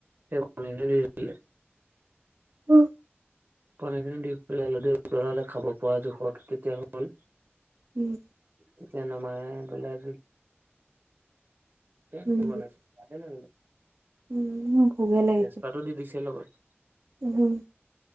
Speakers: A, on the right; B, on the right.
A: সেইবাৰ নিজে নিজে উতলিলে।
B: অ।
A: পনীৰ খিনি দি পেলাই অলপ দেৰি উতলালে খাব পৰা জোখত কেতিয়ানো হ'ল
B: উম
A: তেতিয়া নমায়ে পেলাই <unintelligible>
B: উম উম মোৰ ভুকে লাগিছে।
A: তেজপাতো দি দিছে লগত।
B: উম